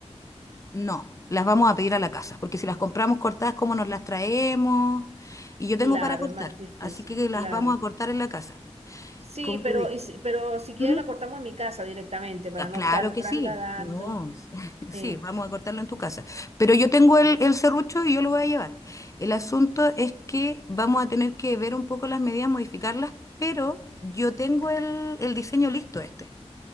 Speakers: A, on the left (about 30°); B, on the right (about 65°).
A: No, las vamos a pedir a la casa, porque si las compramos cortadas, ¿cómo nos las traemos? Y yo tengo
B: Claro,
A: para cortar,
B: es más difícil,
A: así que las
B: claro.
A: vamos a cortar en la casa,
B: Sí,
A: como te
B: pero,
A: dije.
B: y si- pero si quieres
A: Ujú.
B: la cortamos en mi casa directamente para
A: Ah, Claro
B: no estar
A: que
B: trasladando.
A: sí, no, <laughs> sí,
B: Sí.
A: vamos a cortarlo en tu casa. Pero yo tengo el, el serrucho y yo lo voy a llevar. El asunto es que vamos a tener que ver un poco las medidas, modificarlas, pero yo tengo el, el diseño listo este.